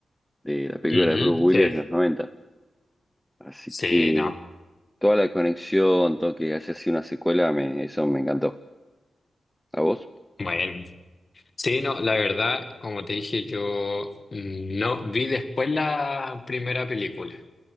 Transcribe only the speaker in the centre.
de la película
de Bruce Willis
de los noventa Así
que
toda la conexión, todo que haya sido una secuela, me, eso me encantó. ¿A vos?